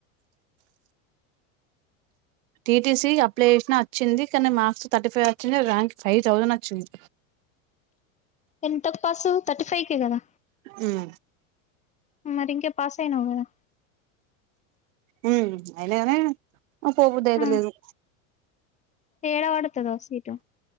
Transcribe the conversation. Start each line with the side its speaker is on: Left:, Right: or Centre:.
Right: టీటిసి అప్లై చేసిన వచ్చింది కానీ మార్క్స్ థర్టీ ఫైవ్ వచ్చిన ర్యాంక్ ఫైవ్ థౌజండ్ వచ్చింది
Left: ఎ పాస్ థర్టీ ఫైవ్ కే కదా
Right: ఉమ్
Left: మరి ఇంకే పాస్ అయినావు కదా
Right: హ్మ్ అయినాగానే పోబుద్దు అయిత
Left: ఆ
Right: లేదు
Left: ఏడ వడతదో సీటు